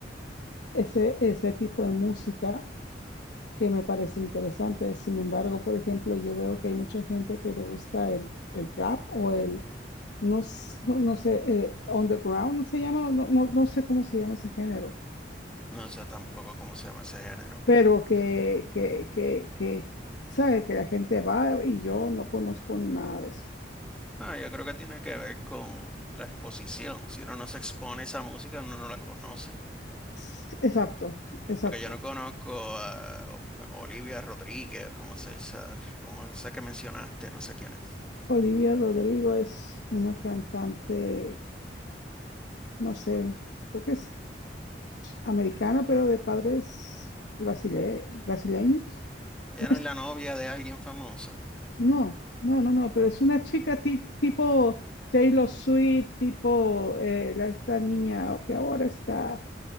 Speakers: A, on the left; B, in the centre.
A: ese, ese tipo de música que me parece interesante. Sin embargo, por ejemplo, yo veo que hay mucha gente que le gusta el, el rap o el, no, s- no, no sé, eh, underground ¿no se llama, no, no, no sé cómo se llama ese género,
B: No sé tampoco cómo se llama ese género.
A: pero que, que, que, que, ¿sabe? Que la gente va y yo no conozco nada de eso.
B: Ah, yo creo que tiene que ver con la exposición. Si uno no se expone a esa música, uno no la conoce.
A: S- Exacto, exacto.
B: Porque yo no conozco a O- Olivia Rodríguez, como se esa, como esa que mencionaste, no sé quién es.
A: Olivia Rodrigo es una cantante, no sé, creo que es ch- americana, pero de padres brasile- brasileños.
B: Ella
A: No,
B: no
A: es-
B: es la novia de alguien famoso.
A: no, no, no, no, pero es una chica ti- tipo Taylor Swift, tipo eh, la- esta niña que ahora está